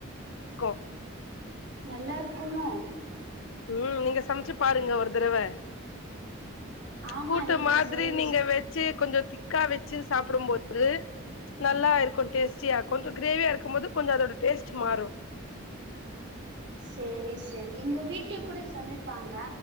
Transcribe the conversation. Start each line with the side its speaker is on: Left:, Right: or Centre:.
Left: கோ
Right: நல்லா இருக்குமோ
Left: ம் நீங்க சமச்சி பாருங்க ஒரு தரவ
Right: ஆமா
Left: கூட்டு
Right: நீங்க
Left: மாதிரி
Right: சொல்
Left: நீங்க வச்சி கொஞ்ச திக் க்கா வச்சி சாப்பிடும்போது நல்லா இருக்கு டேஸ்டியா கொஞ்சோ கிரேவியா இருக்கும்போது கொஞ்ச அதோட டேஸ்ட் மாறு
Right: சேரி சேரி எங்க வீட்லியே கூட சமைப்பாங்க